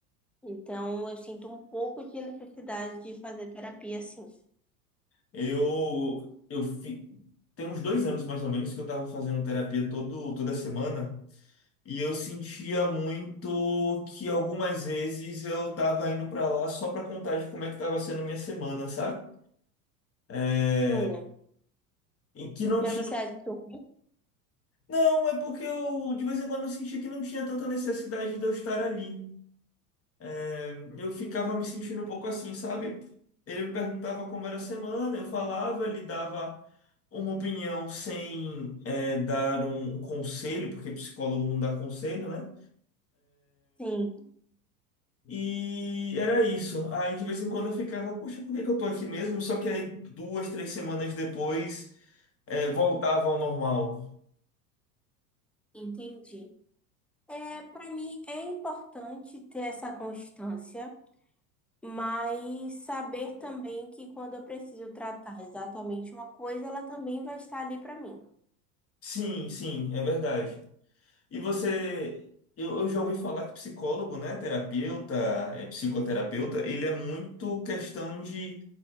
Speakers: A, in the centre; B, on the left (about 30°).
A: Então, eu sinto um pouco de necessidade de fazer terapia, sim.
B: Eu, eu fi... Tem uns dois anos mais ou menos que eu tava fazendo terapia todo, toda semana e eu sentia muito que algumas vezes eu tava indo pra lá só pra contar de como é que tava sendo minha semana, sabe? É,
A: Hum.
B: e que não
A: Mas
B: tinha.
A: você achou?
B: Não, é porque eu de vez em quando eu sentia que não tinha tanta necessidade de eu estar ali. É, eu ficava me sentindo um pouco assim, sabe? Ele me perguntava como era a semana, eu falava, ele dava. uma opinião sem é, dar um, um conselho, porque psicólogo não dá conselho, né?
A: Sim,
B: E era isso. Aí de vez em quando eu ficava, poxa, por que que eu tô aqui mesmo? Só que aí duas, três semanas depois é, voltava ao normal.
A: entendi. É, para mim é importante ter essa constância, mas saber também que quando eu preciso tratar exatamente uma coisa, ela também vai estar ali para mim,
B: Sim, sim, é verdade. E você, eu, eu já ouvi falar que psicólogo, né, terapeuta, é, psicoterapeuta, ele é muito questão de